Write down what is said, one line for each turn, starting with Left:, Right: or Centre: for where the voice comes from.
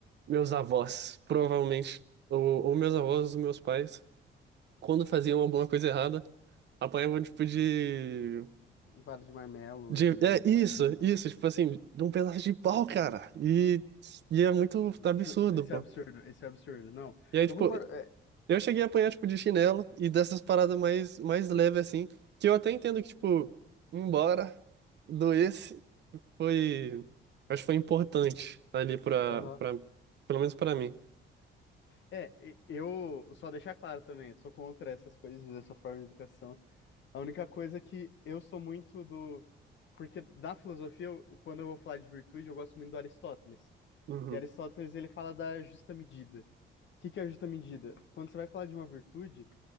Right: meus avós, provavelmente, ou, ou meus avós, ou meus pais, quando faziam alguma coisa errada, apanhavam, tipo, de,
Left: Vara de marmelo,
Right: de...
Left: de
Right: É, isso,
Left: cinta.
Right: isso, tipo assim, de um pedaço de pau, cara. E, e é muito
Left: Isso,
Right: absurdo,
Left: esse
Right: pô.
Left: é absurdo, esse é absurdo. Não,
Right: E aí, tipo,
Left: eu concordo. É,
Right: eu cheguei a apanhar, tipo, de chinelo e dessas paradas mais, mais leves, assim, que eu até entendo que, tipo, embora doesse, foi... Acho que foi importante ali pra,
Left: aham.
Right: pra, pelo menos pra mim.
Left: É, e- eu só deixar claro também, sou contra essas coisas, dessa forma de educação. A única coisa é que eu sou muito do. Porque da filosofia, eu- quando eu vou falar de virtude, eu gosto muito do Aristóteles.
Right: Uhum.
Left: E Aristóteles, ele fala da justa medida. O que que é a justa medida? Quando você vai falar de uma virtude,